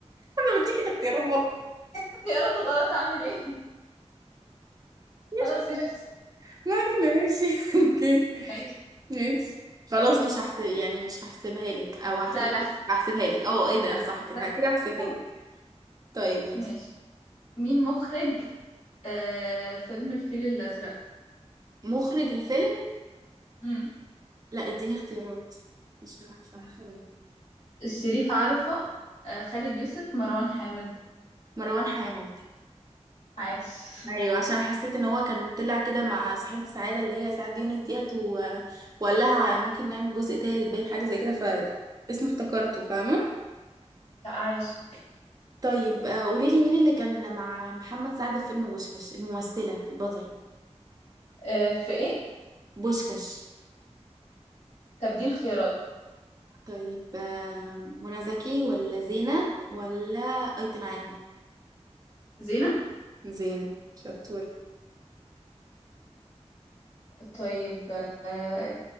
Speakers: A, on the right; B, on the left.
A: انا بديك الاختيارات والله
B: اختيارات غلط اعمل ايه <laughs>
A: ماشي
B: خلاص مش اختيار
A: ما علينا ماشي <laughs> اوكي
B: ماشي
A: ماشي خلاص مش هحسب يعني مش هحسبها لك او هحسب
B: لا لا احسن
A: هحسبها لك اه ايه ده صح كده
B: لا
A: كده هحسبها
B: أحسن.
A: لك طيب ماشي
B: ماشي مين مخرج آه فيلم الفيل الأزرق
A: مخرج الفيلم
B: مم.
A: لا اديني اختيارات مش عارفه هخمن
B: شريف عرفة آه خالد يوسف مروان حامد
A: مروان حامد
B: عاش
A: ايوه عشان حسيت ان هو كان طلع كده مع صاحبة سعادة اللي هي سعاد يونس ديت و... وقال لها ممكن نعمل جزء تالت باين حاجة زي كده فاسمه افتكرته فاهمة
B: لا عاش
A: طيب آه، قوليلي مين اللي كان مع محمد سعد في فيلم بوشكاش الممثلة البطلة
B: آه في ايه
A: بوشكاش
B: طب اديني اختيارات
A: طيب آه، منى زكي ولا زينة ولا أيتن عامر
B: زينة
A: زينة شطور
B: طيب آه